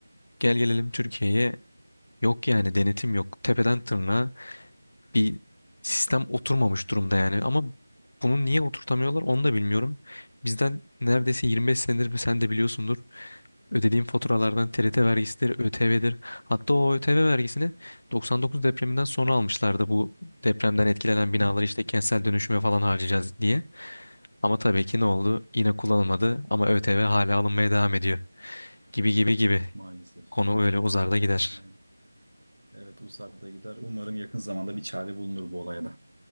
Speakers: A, on the left (about 45°); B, on the right (about 75°).
A: gel gelelim Türkiye'ye yok yani denetim yok. Tepeden tırnağa bir sistem oturmamış durumda yani. Ama bunu niye oturtamıyorlar onu da bilmiyorum. Bizden neredeyse 25 senedir sen de biliyorsundur. Ödediğim faturalardan TRT vergisidir, ÖTV'dir. Hatta o ÖTV vergisini 99 depreminden sonra almışlardı bu depremden etkilenen
B: Hı hı.
A: binaları işte kentsel dönüşüme falan harcayacağız diye. Ama tabii ki ne oldu? Yine kullanılmadı ama ÖTV hala alınmaya devam ediyor. Gibi gibi gibi.
B: Evet maalesef.
A: Konu öyle uzar
B: Aynen
A: da gider.
B: aynen. Evet uzakta gider. Umarım yakın zamanda bir çare bulunur bu olaya da.